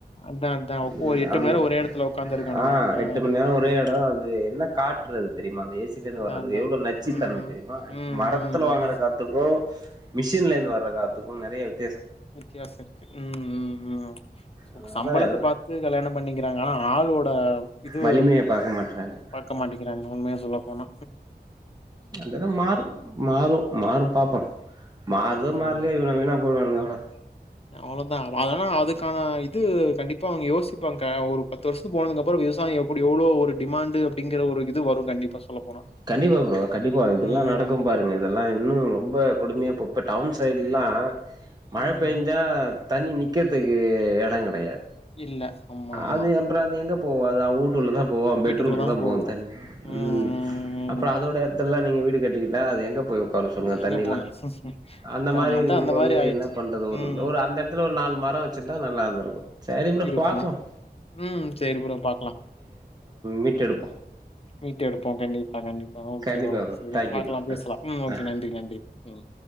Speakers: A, on the left; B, on the right.
A: அதான் அதான். உக்-
B: ம்
A: ஒரு
B: அந்த
A: மணி நேரம் ஒரே இடத்துல உக்காந்துருக்கானுங்க.
B: ஆஹ்
A: அ
B: எட்டு ம நேரம் ஒரே இடம். அது என்ன காட்டு ட்றது தெரியுமானு ஏ சியில இருந்து
A: அதான்
B: வர்றது
A: அதான்.
B: எவ்வளவு நச்சுத்
A: ம்,
B: தன்மை தெரியுமா? இப்ப
A: ம்,
B: மரத்துல
A: ம்,
B: வாங்குற
A: ம்,
B: காத்துக்கும் மிஷின்ல இருந்து வர காத்துக்கும் நெறைய வித்
A: வித்தியாசம் இருக்கு உம் உம்
B: அதனால
A: உம் சம்பளத்த பாத்து கல்யாண பண்ணிக்கிறாங்க ஆனா ஆளோட் ஆஹ் இது
B: வலிமைய பாக்க மாட்றாங்க
A: பாக்க மாட்டேங்கிறாங்க உண்மைய சொல்ல போணா
B: அந்த இத மாறும் மாறும் மாறும் பாப்போம் மாறுதோ
A: ஆமா
B: மாற்லையோ
A: ஆமா
B: இவன வீணா போறாங்க அவ
A: அவ்ளோதா அதலா அதுக்கான இது கண்டிப்பா அவங்க யோசிப்பாங்க ஒரு பத்து வருஷத்து போனதுக்கு அப்புறம் விவசாயம் எப்படி எவ்ளோ ஒரு டிமாண்டு அப்படிங்கற ஒரு இது வரும் கண்டிப்பா சொல்ல போனா
B: கண்டிப்பா ப்ரோ கண்டிப்பா இதெல்லாம்
A: ம்
B: நடக்கும் பாருங்க இதெல்லாம் இன்னும் ரொம்ப கொடுமையா பொப்ப டவுன் சைட்லா மழ
A: ம்
B: பெய்ஞ்சா தண்ணி நிக்கறதுக்கு எடம் கெடையாது
A: இல்ல ஆமா ஆமா
B: அது எப்புறம் அது எங்க போவாதா ஊன் டூல்லதா போவும் பெட்ரூம்க்குதா
A: வீட்டுக்குள்ளதா போகு
B: போவும் தண்ணி
A: ம்
B: ம்ம்
A: ம்
B: அப்புற
A: ம்
B: அதோட எடத்துல நீங்க வீடு கட்டிக்கிட்ட அது எங்க போயு கொற சொல்லுங்க
A: எங்க
B: தண்ணில்லா
A: போய்
B: அந்த
A: அதான
B: மாரி
A: அதா
B: இருக்கும்
A: அந்த
B: போது
A: மாரி ஆயிடுச்சு
B: என்ன பண்றது ஒரு
A: ம்
B: ரோ அந்த இடத்துல ஒரு நாலு மரொ வச்சிருந்தா நல்லாந்திருக்கு சரி ப்ரோ
A: இருக்கு
B: பாப்பும்
A: ம் சேரி ப்ரோ பாக்கலா
B: மீட்டெடுப்போ
A: மீட்டு எடுப்போ கண்டிப்பா கண்டிப்பா ஓகே
B: கண்டிப்பா
A: ப்ரோ சரி
B: தேங்க்யூ
A: பாக்கலா
B: ப்ரோ
A: பேசலா
B: ஆ
A: ம்
B: ஆ
A: ஓகே நன்றி நன்றி ம்